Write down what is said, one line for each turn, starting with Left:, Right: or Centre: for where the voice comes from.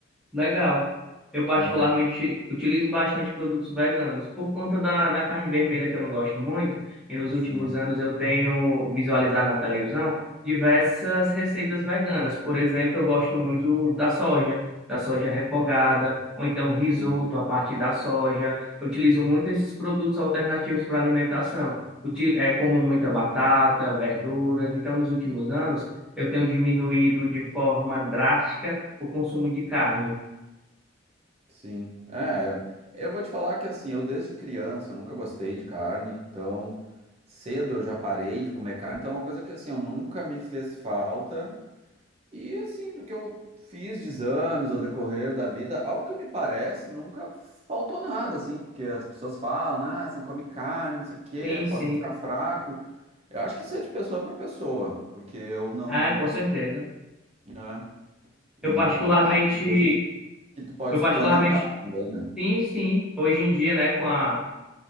Centre: Legal. Eu particularmente
Right: É,
Centre: utilizo bastante produtos veganos por conta da, da carne vermelha que eu não gosto muito. E nos últimos
Right: sim,
Centre: anos eu tenho visualizado na televisão diversas receitas veganas. Por exemplo, eu gosto muito da soja, da soja refogada, ou então risoto
Right: sim.
Centre: a partir da soja. Eu utilizo muito esses produtos alternativos para alimentação. Uti- eh, como muita batata, verduras. Então, nos últimos anos eu tenho diminuído de forma drástica o consumo de carne.
Right: Sim, é, eu vou te falar que assim, eu desde criança, eu nunca gostei de carne, então cedo eu já parei de comer carne, então é uma coisa que assim, eu nunca me fez falta, e assim, do que eu fiz de exames ao decorrer da vida, ao que me parece, nunca faltou nada, assim, porque as pessoas falam, ah, você não come carne, não sei o quê,
Centre: Sim, sim.
Right: pode ficar fraco, eu acho que isso é de pessoa para pessoa, porque eu não,
Centre: É, com certeza.
Right: né, e
Centre: Eu particularmente,
Right: claro, tem coisas que tu pode
Centre: eu particularmente,
Right: suplementar também, né,
Centre: sim, sim. Hoje em dia, né, com a